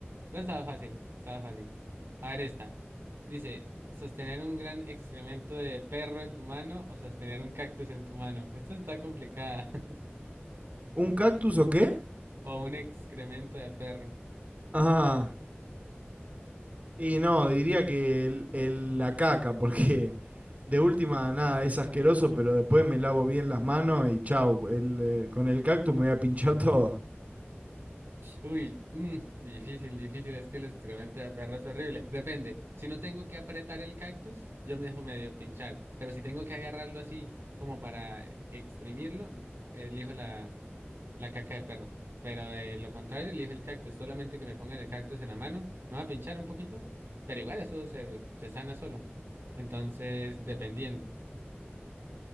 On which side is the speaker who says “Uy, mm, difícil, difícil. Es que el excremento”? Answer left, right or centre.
Right